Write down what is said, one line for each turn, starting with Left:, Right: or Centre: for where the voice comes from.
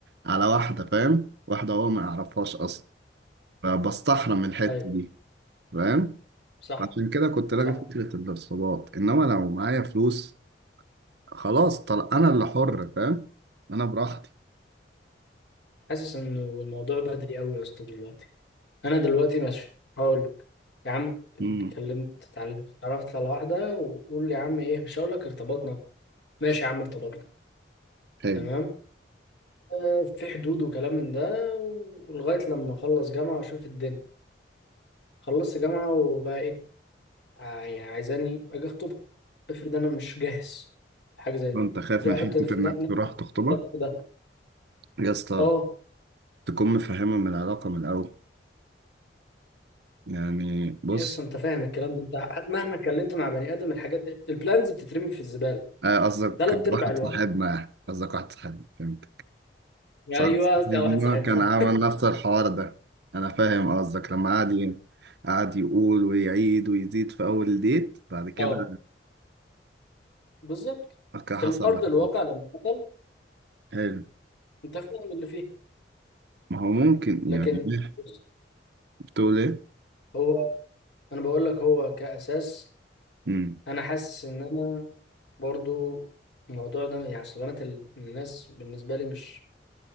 Right: على واحده فاهم واحده هو ما يعرفهاش اصلا فبستحرم الحته
Left: ايوه
Right: دي فاهم
Left: صح
Right: عشان كده كنت لاغي
Left: صح
Right: فكره الارتباط انما لو معايا فلوس خلاص طل... انا اللي حر فاهم انا براحتي
Left: حاسس انه الموضوع بدري قوي يا اسطى دلوقتي انا دلوقتي ماشي هقول لك يا عم اتكلمت
Right: امم
Left: اتعلمت اتعرفت على واحده وقول لي يا عم ايه مش هقول لك ارتبطنا ماشي يا عم ارتبطنا
Right: حلو
Left: تمام آه، في حدود وكلام من ده ولغايه لما اخلص جامعه واشوف الدنيا خلصت جامعه وبقى ايه ع- يعني عايزاني اجي اخطبها افرض انا مش جاهز حاجه زي دي
Right: انت خايف
Left: ليه
Right: من
Left: احط
Right: حتة
Left: في
Right: انك
Left: ن- نفس
Right: تروح تخطبها
Left: الضغط ده
Right: يا اسطى
Left: اه
Right: تكون مفهمة من العلاقة من الاول يعني بص
Left: يس انت فاهم الكلام ده انت ه- مهما اتكلمت مع بني ادم الحاجات البلانز بتترمي في الزباله
Right: آه، قصدك
Left: ثلاث ارباع
Right: واحد
Left: الوقت
Right: صاحبنا يعني. قصدك واحد صاحبنا فهمت
Left: يا
Right: صاحب
Left: ايوه
Right: صاحبنا
Left: قصدي على واحد صاحبنا
Right: كان عامل نفس الحوار ده انا فاهم قصدك لما قعد ي- قعد يقول ويعيد ويزيد في اول ديت
Left: <laughs>
Right: بعد كده
Left: اه بالظبط
Right: أوكي،
Left: في
Right: حصل
Left: الارض
Right: اللي حصل
Left: الواقع لما حصل
Right: حلو
Left: انت فاهم اللي فيه
Right: ما هو ممكن
Left: لكن
Right: يعني ليه؟
Left: بص،
Right: بتقول ايه؟
Left: هو انا بقول لك هو كاساس
Right: امم
Left: انا حاسس ان انا برضو الموضوع ده يعني اصل بنات ال- الناس بالنسبه لي مش